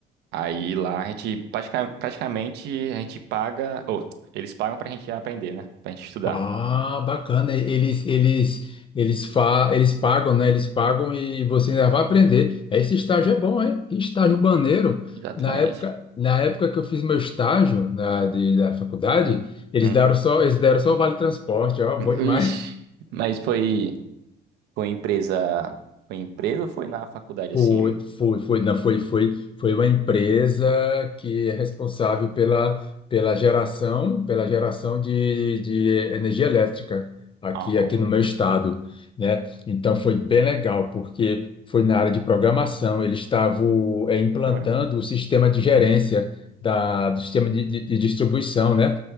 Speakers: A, on the right; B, on the left.
A: Aí lá a gente pratica- praticamente a gente paga, ou eles pagam pra gente aprender, né? Pra gente estudar.
B: Ah, bacana. Eles, eles, eles, fa eles pagam, né? Eles pagam e você ainda vai aprender. Esse estágio é bom, hein? Que estágio
A: E-
B: maneiro.
A: Exatamente.
B: Na época, na época que eu fiz meu estágio na, de- da faculdade, eles
A: Hum.
B: deram só, eles deram só o vale transporte, ó, bom demais.
A: Ixi, mas foi foi empresa, foi empresa ou foi na faculdade
B: Foi,
A: assim?
B: foi, foi, não, foi, foi, foi uma empresa que é responsável pela, pela geração, pela geração de, de energia elétrica aqui,
A: Ah,
B: aqui
A: hum.
B: no meu estado, né? Então foi bem legal, porque foi na área de programação, eles estavam é, implantando
A: foi mesmo?
B: o sistema de gerência da, do sistema de, de, de distribuição, né?